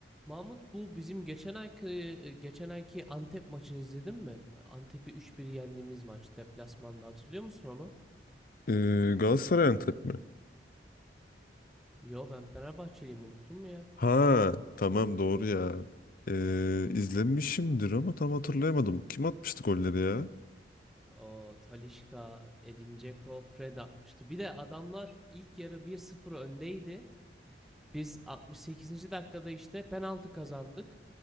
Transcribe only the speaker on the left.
Ee, Galatasaray Antep mi?
Ha tamam doğru ya. Ee, izlemişimdir ama tam hatırlayamadım. Kim atmıştı golleri ya?